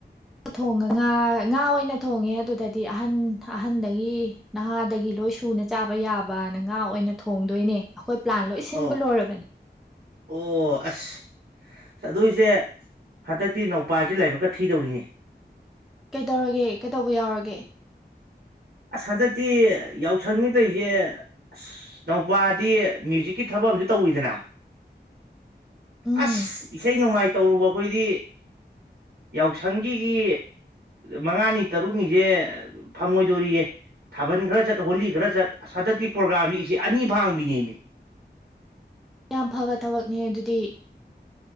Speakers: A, in the centre; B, on the right (about 60°).
A: ꯊꯣꯡꯉ ꯉꯥ ꯉꯥ ꯑꯣꯏꯅ ꯊꯣꯡꯉꯦ ꯑꯗꯨꯗꯗꯤ ꯑꯍꯟ ꯑꯍꯟꯗꯒꯤ ꯅꯍꯥꯗꯒꯤ ꯂꯣꯏ ꯁꯨꯅ ꯆꯥꯕ ꯌꯥꯕꯅ ꯉꯥ ꯑꯣꯏꯅ ꯊꯣꯡꯗꯣꯏꯅꯦ ꯑꯩꯈꯣꯏ ꯄ꯭ꯂꯥꯟ ꯂꯣꯏ ꯁꯤꯟꯕ
B: ꯑꯣ
A: ꯂꯣꯏꯔꯕꯅꯤ
B: ꯑꯣ ꯑꯁ ꯑꯗꯨꯏꯁꯦ ꯍꯟꯗꯛꯇꯤ ꯅꯧꯄꯥꯁꯤ ꯂꯥꯏꯕꯛꯀ ꯊꯤꯗꯧꯔꯤꯅꯦ
A: ꯀꯩꯗꯧꯔꯒꯦ ꯀꯩꯗꯧꯕ ꯌꯥꯎꯔꯒꯦ
B: ꯑꯁ ꯍꯟꯗꯛꯇꯤ ꯌꯥꯎꯁꯪꯅꯤ ꯇꯔꯤꯁꯦ ꯑꯁ ꯅꯎꯄꯥꯗꯤ ꯃ꯭ꯌꯨꯖꯤꯛꯀꯤ ꯊꯕꯛ ꯑꯝꯨ ꯇꯧꯋꯤꯗꯅ꯫
A: ꯎꯝ
B: ꯑꯁ ꯏꯁꯩ ꯅꯣꯡꯃꯥꯏ꯫ ꯇꯧꯔꯨꯕ ꯑꯩꯈꯣꯏꯗꯤ ꯌꯥꯎꯁꯪꯒꯤꯒꯤ ꯃꯉꯥꯅꯤ ꯇꯔꯨꯛꯅꯤꯁꯦ ꯐꯪꯉꯣꯏ ꯗꯣꯔꯤꯌꯦ ꯊꯥꯕꯜ ꯈꯔ ꯆꯠ ꯍꯣꯂꯤ ꯈꯔ ꯆꯠ ꯍꯟꯗꯛꯇꯤ ꯄ꯭ꯔꯣꯒ꯭ꯔꯥꯝꯁꯤ ꯑꯅꯤ ꯐꯥꯡꯕꯤꯅꯦꯃꯤ
A: ꯌꯥꯝ ꯐꯕ ꯊꯕꯛꯅꯦ ꯑꯗꯨꯗꯤ